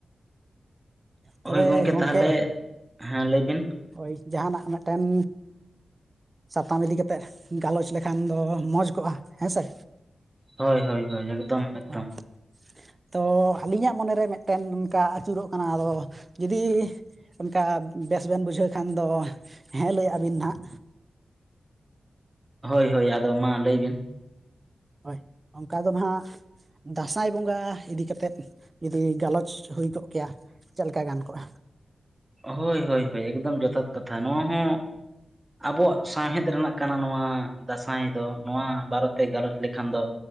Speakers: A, on the right; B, on the right.
A: ᱛᱚᱵᱮ
B: ᱦᱳᱭ ᱜᱚᱝᱠᱮ
A: ᱜᱚᱢᱠᱮ
B: ᱛᱟᱦᱚᱞᱮ ᱦᱮᱸ ᱞᱟᱹᱭ ᱵᱤᱱ,
A: ᱦᱳᱭ ᱡᱟᱦᱟᱱᱟᱜ ᱢᱤᱫᱴᱮᱱ ᱥᱟᱛᱟᱢ ᱤᱫᱤ ᱠᱟᱛᱮᱜ ᱜᱟᱞᱚᱪ ᱞᱮᱠᱷᱟᱱ ᱫᱚ ᱢᱚᱸᱡᱽ ᱠᱚᱜᱼᱟ ᱦᱮᱸᱥᱮ?
B: ᱦᱳᱭ ᱦᱳᱭ ᱦᱳᱭ ᱮᱠᱫᱚᱢ ᱮᱠᱫᱚᱢ
A: ᱦᱳᱭ ᱛᱚ ᱟᱹᱞᱤᱧᱟᱜ ᱢᱚᱱᱮᱨᱮ ᱢᱤᱫᱴᱮᱱ ᱱᱚᱝᱠᱟ ᱟᱹᱪᱩᱨᱚᱜ ᱠᱟᱱᱟ ᱟᱫᱚ ᱡᱩᱫᱤ ᱚᱱᱠᱟ ᱵᱮᱥ ᱵᱮᱱ ᱵᱩᱡᱷᱟᱹᱣ ᱠᱷᱟᱱ ᱫᱚ ᱦᱮᱸ ᱞᱟᱹᱭ ᱟᱜ ᱵᱤᱱ ᱦᱟᱜ,
B: ᱦᱳᱭ ᱦᱳᱭ ᱟᱫᱚ ᱢᱟ ᱞᱟᱹᱭᱵᱤᱱ,
A: ᱦᱳᱭ ᱚᱱᱠᱟ ᱫᱚ ᱱᱟᱦᱟᱜ ᱫᱟᱸᱥᱟᱭ ᱵᱚᱸᱜᱟ ᱤᱫᱤ ᱠᱟᱛᱮᱫ ᱡᱩᱫᱤ ᱜᱟᱞᱚᱪ ᱦᱩᱭ ᱠᱚᱜ ᱠᱮᱭᱟ, ᱪᱮᱫ ᱞᱮᱠᱟ ᱜᱟᱱ ᱠᱚᱜᱼᱟ?
B: ᱦᱳᱭ ᱦᱳᱭ ᱦᱳᱭ ᱮᱠᱫᱚᱢ ᱡᱚᱛᱷᱟᱛ ᱠᱟᱛᱷᱟ ᱱᱚᱣᱟ ᱦᱚᱸ ᱟᱵᱚᱣᱟᱜ ᱥᱟᱶᱦᱮᱫ ᱨᱮᱱᱟᱜ ᱠᱟᱱᱟ ᱱᱚᱣᱟ ᱫᱟᱸᱥᱟᱭ ᱫᱚ ᱱᱚᱣᱟ ᱵᱟᱨᱮᱛᱮ ᱜᱟᱞᱚᱪ ᱞᱮᱠᱷᱟᱱ ᱫᱚ,